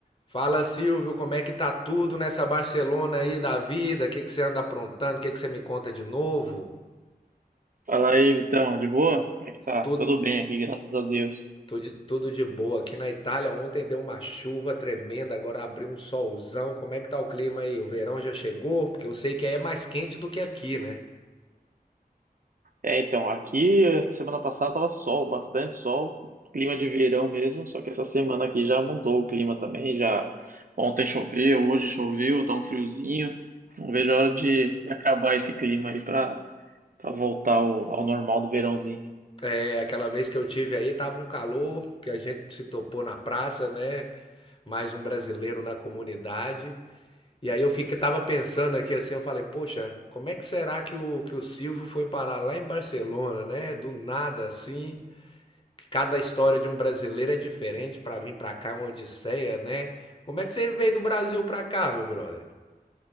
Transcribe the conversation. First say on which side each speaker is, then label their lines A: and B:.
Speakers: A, on the left; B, on the right.
A: Fala, Silvio, como é que tá tudo nessa Barcelona aí da vida? O que que você anda aprontando? O que que você me conta de novo?
B: Fala aí, Vitão, de boa? Como é que tá?
A: Tudo,
B: Tudo bem aqui, graças a Deus.
A: tudo, tudo de boa. Aqui na Itália ontem deu uma chuva tremenda, agora abriu um solzão. Como é que tá o clima aí? O verão já chegou? Porque eu sei que aí é mais quente do que aqui, né?
B: É, então, aqui eh, semana passada tava sol, bastante sol, clima de verão mesmo, só que essa semana aqui já mudou o clima também, já ontem choveu, hoje choveu, tá um friozinho. Não vejo a hora de de acabar esse clima aí pra, pra voltar ao, ao normal do verãozinho.
A: É, aquela vez que eu tive aí tava um calor, que a gente se topou na praça, né? Mais um brasileiro na comunidade. E aí eu fiquei, tava pensando aqui assim, eu falei, poxa, como é que será que o, que o Silvio foi parar lá em Barcelona, né? Do nada assim, que cada história de um brasileiro é diferente pra vir pra cá, é uma odisseia, né? Como é que você veio do Brasil pra cá, meu brother?